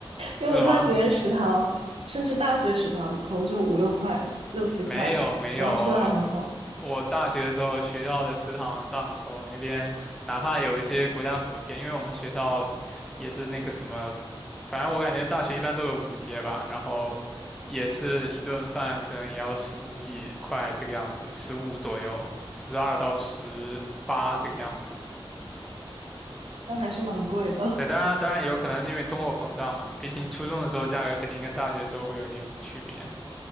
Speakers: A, on the right; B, in the centre.
A: 因为我看别人食堂，
B: 是吗？
A: 甚至大学食堂，可能就五六块、六七块，
B: 没有没有，
A: 然后吃的还很好，
B: 呃我大学的时候学校的食堂档口那边，哪怕有一些国家补贴，因为我们学校也是那个什么，反正我感觉大学一般都有补贴吧，然后也是一顿饭可能也要十几块这个样子，十五左右，十二到十八这个样子。
A: 但还是蛮贵的。
B: 对，当然当然也有可能是因为通货膨胀嘛，毕竟初中的时候价格肯定跟大学的时候会有一点区别。